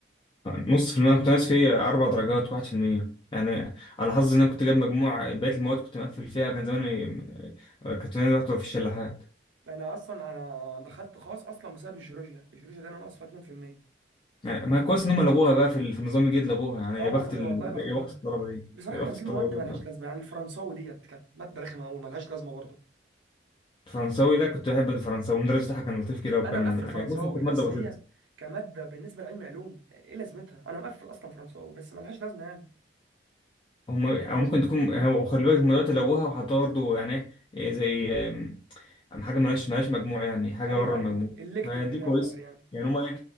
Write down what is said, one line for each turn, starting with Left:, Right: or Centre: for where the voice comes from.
Left: نص في المية كنت ناقص فيه أربع درجات واحد في المية يعني على حظي إن أنا كنت جايب مجموع بقية المواد كنت مقفل فيها كان زماني كنت زماني رحت في الشلاحات
Right: انا اصلا انا دخلت خاص اصلا بسبب الجيولوجيا الجيولوجيا ده انا ناقص فيها 2%
Left: يعني ما كويس إن هم لغوها بقى في ال- في النظام الجديد لغوها يعني
Right: اه
Left: يا
Right: والله
Left: بخت ال...
Right: والله يا بختهم
Left: يا بخت الطلبة دي
Right: بصراحة
Left: يا بخت
Right: كان في
Left: الطلبة
Right: مواد
Left: دي والله
Right: ملهاش لازمة يعني الفرنساوي ديت كانت مادة رخمة أوي ملهاش لازمة برضه
Left: الفرنساوي ده كنت بحب الفرنساوي المدرس بتاعها كان لطيف كده وكان
Right: انا مقفل فرنساوي
Left: يعني كانت
Right: بس
Left: مادة بسيطة
Right: هي كمادة بالنسبة لعلم علوم ايه لازمتها انا مقفل اصلا فرنساوي بس ملهاش لازمة يعني
Left: هم او ممكن تكون هو خلي بالك هم دلوقتي لغوها وحطوها برضه يعني إيه زي آم، حاجه مالهاش مالهاش مجموع يعني حاجه
Right: ايوه
Left: بره المجموع
Right: ايوه الكتف
Left: ما
Right: كده
Left: دي كويسه
Right: يعتبر يعني
Left: يعني هم إيه،